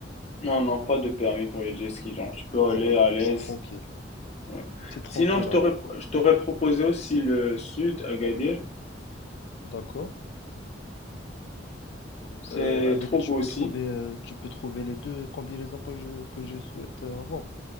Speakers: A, on the left; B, on the left.
A: Non, non, pas de permis pour les jet skis, genre, tu peux
B: Ah
A: aller
B: bah
A: à
B: donc
A: l'aise.
B: c'est tranquille.
A: ouais.
B: C'est tranquille
A: Sinon, je t'aurais,
B: alors.
A: pro- je t'aurais proposé aussi le sud, Agadir.
B: D'accord.
A: C'est
B: Euh, Agadir,
A: trop beau
B: tu
A: aussi.
B: peux trouver, euh, tu peux trouver les deux combinaisons que je, que je souhaite euh, avoir.